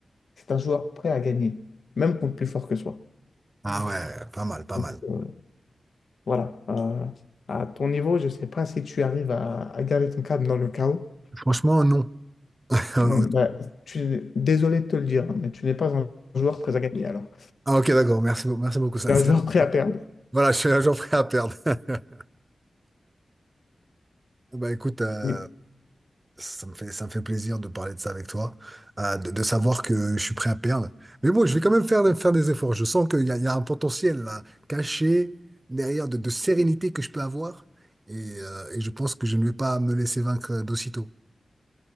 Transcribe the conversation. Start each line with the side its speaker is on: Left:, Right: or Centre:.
Left: c'est un joueur prêt à gagner, même contre plus fort que soi.
Right: Ah ouais, pas mal, pas
Left: Donc
Right: mal.
Left: euh, voilà, Euh, à ton niveau, je ne sais pas si tu arrives à, à garder ton calme dans le chaos.
Right: Franchement, non. <laughs>
Left: Mm, bah, tu, désolé de te le dire, hein, mais tu n'es pas un joueur prêt à gagner alors.
Right: Ah, ok, d'accord. Merci, beaucoup- merci beaucoup. Ça,
Left: Tu es
Right: ça-
Left: un joueur prêt à perdre.
Right: Voilà, je suis un jour prêt à perdre. <laughs> Bah écoute, euh,
Left: Oui,
Right: Ça me fait, ça me fait plaisir de parler de ça avec toi, euh, de, de savoir que je suis prêt à perdre. Mais bon, je vais quand même faire, faire des efforts. Je sens qu'il y a, il y a un potentiel là, caché derrière de, de sérénité que je peux avoir. Et, euh, et je pense que je ne vais pas me laisser vaincre d'aussitôt.